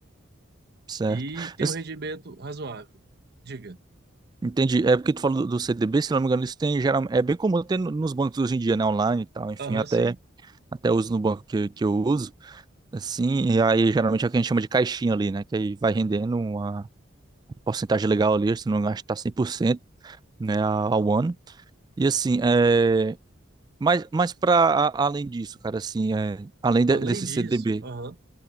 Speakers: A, on the right (about 20°); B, on the right (about 55°).
A: certo.
B: E tem
A: Eu s-
B: um rendimento razoável. Diga.
A: entendi. É porque tu falou do do CDB, se não me engano, isso tem geral, é bem comum ter no- nos bancos hoje em dia, né? Online e tal, enfim,
B: Aham,
A: até,
B: sim.
A: até uso no banco que, que eu uso. Assim, e aí geralmente é o que a gente chama de caixinha ali, né? Que aí vai rendendo uma porcentagem legal ali, se não gastar cem por cento né, ao ano. E assim, é... mas, mas para além disso, cara, assim, é... além de-
B: Além
A: desse
B: disso,
A: CDB.
B: aham,